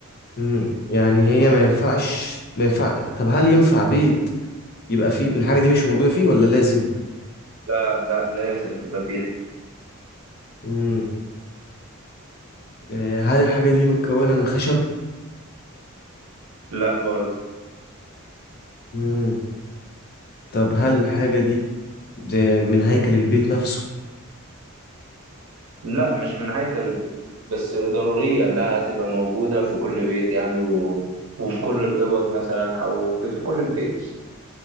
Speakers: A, on the left (about 45°); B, on the right (about 80°).
A: مم، يعني هي ما ينفعش ما ينفع طب هل ينفع بيت يبقى فيه الحاجه دي مش موجوده فيه ولا لازم
B: لا لا لازم تبقى فيها
A: مم، آه، هل الحاجه دي متكونه من خشب
B: لا برضه
A: مم، طب هل الحاجه دي ده من هيكل البيت نفسه
B: لا مش من هيكل البيت بس ضرورية إنها تبقى موجودة في كل بيت يعني و... وفي كل الأوض مثلا أو في في كل البيت